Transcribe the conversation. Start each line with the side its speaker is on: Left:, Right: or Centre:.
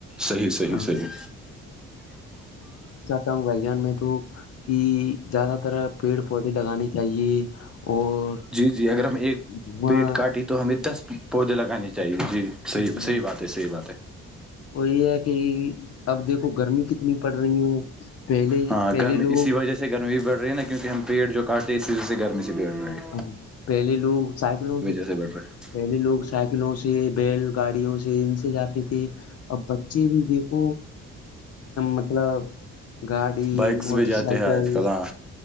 Centre: صحیح صحیح
Left: ہاں
Centre: صحیح
Left: کیا بھائ جان میں تو کہ زیادہ تر پیڑ پودے لگانے چاہیے اور
Centre: جی جی اگر ہم ایک
Left: دھواں
Centre: پیڑ کاٹے تو تو ہمیں دس پودے لگانے چاہیے جی صحیح
Left: ہم،
Centre: صحیح بات ہے صحیح بات ہے
Left: وہ یہ ہے کہ اب دیکھو گرمی کتنی پڑ رہی ہے پہلے
Centre: ہاں
Left: پہلے
Centre: گرمی
Left: لوگ
Centre: اسی وجہ سے گرمی بھی بڑھ رہی ہے نا کیونکہ ہم پیڑ جو کاٹتے ہیں اسی وجہ سے گرمی سے بڑھ رہے ہیں
Left: ہاں پہلی لوگ سائیکلوں
Centre: سے بڑھ رہی ہے
Left: پہلے لوگ سائیکلوں سے بیل گاڑیوں سے ان سے جاتے تھے اب بچے بھی دیکھ مطلب گاڑی
Centre: بائکس
Left: موٹر
Centre: پہ جاتے
Left: سائیکل
Centre: ہیں آج کل ہاں